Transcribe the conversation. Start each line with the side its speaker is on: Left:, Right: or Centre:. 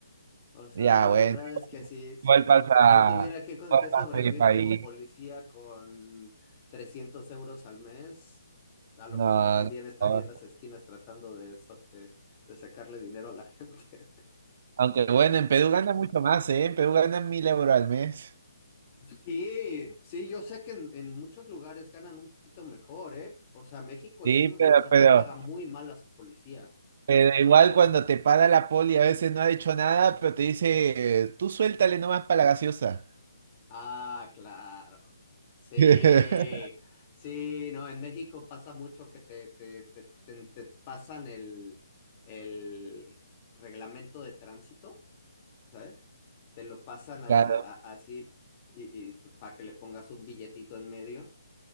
Left: O sea,
Right: Ya,
Left: la
Right: bueno.
Left: verdad es que si, si,
Right: Igual pasa,
Left: si si yo tuviera que, co-
Right: igual
Left: que sobrevivir
Right: pasa en mi país.
Left: como policía con 300 euros al mes, a lo
Right: No,
Left: mejor también
Right: no.
Left: estaría
Right: no.
Left: en las esquinas tratando de, so- de, de sacarle dinero a la gente.
Right: Aunque bueno, en Perú gana mucho más, ¿eh? En Perú ganan mil euros al mes.
Left: <laughs> Sí, sí, yo sé que en, en muchos lugares ganan un poquito mejor, ¿eh? O sea, México
Right: Sí,
Left: es un,
Right: pero,
Left: o sea,
Right: pero,
Left: pa- paga muy mal a su policía.
Right: pero igual cuando te para la poli a veces no ha hecho nada, pero te dice, tú suéltale nomás para la gaseosa.
Left: Ah, claro. Sí,
Right: <laughs>
Left: sí, no, en México pasa mucho que te, te, te, te- te pasan el, el reglamento de tránsito, ¿sabes? Te lo pasan a-
Right: Claro.
Left: a- a- así y, y para que le pongas un billetito en medio